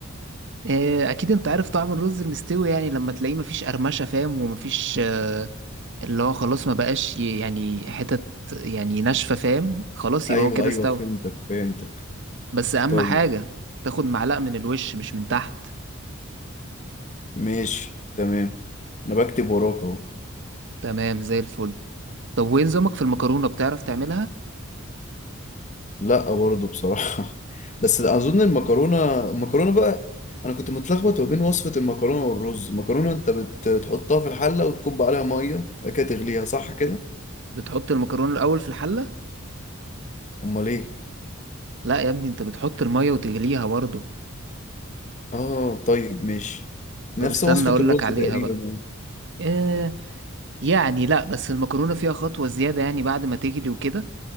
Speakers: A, on the right; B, on the left.
A: آه، اكيد انت عارف طعم الرز المستوي يعني لما تلاقيه مفيش قرمشة فاهم ومفيش آه، اللي هو خلاص ما بقاش ي- يعني حتت يعني ناشفة فاهم خلاص يبقى
B: ايوه
A: هو كده
B: ايوه
A: استوى
B: فهمتك فهمتك
A: بس أهم
B: طيب
A: حاجة تاخد معلقة من الوش مش من تحت
B: ماشي تمام انا بكتب وراك اهو
A: تمام زي الفل طب وين نظامك في المكرونة بتعرف تعملها
B: لا برضه بصراحه <laughs> بس اظن المكرونه المكرونه بقى انا كنت متلخبط ما بين وصفه المكرونه والرز المكرونه انت بت- بتحطها في الحله وتكب عليها ميه وبعد كده تغليها صح كده
A: بتحط المكرونة الأول في الحلة
B: امال ايه
A: لا يا ابني انت بتحط المية وتغليها برضه
B: اه طيب ماشي
A: طب
B: نفس
A: استنى
B: وصفه
A: أقولك
B: الرز
A: عليها
B: تقريبا
A: بقى
B: يعني.
A: إيه يعني لا بس المكرونة فيها خطوة زيادة يعني بعد ما تغلي وكده